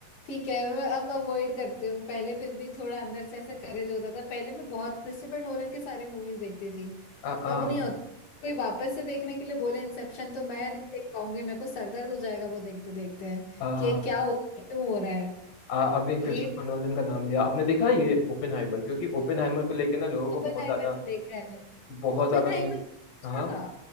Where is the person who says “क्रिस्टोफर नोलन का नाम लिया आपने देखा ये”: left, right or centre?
Left